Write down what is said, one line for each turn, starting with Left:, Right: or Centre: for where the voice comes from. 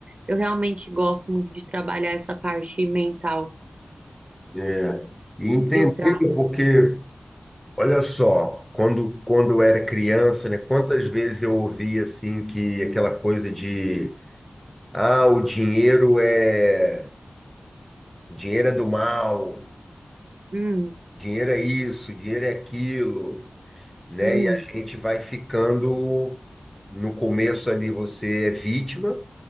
Right: eu realmente gosto muito de trabalhar essa parte mental,
Centre: É. E entender
Right: filtrar.
Centre: porque Olha só, quando, quando eu era criança, né, quantas vezes eu ouvia assim que aquela coisa de ah, o dinheiro é dinheiro é do mal,
Right: Hum,
Centre: dinheiro é isso, dinheiro é aquilo, né?
Right: uhum,
Centre: E a gente vai ficando no começo ali você é vítima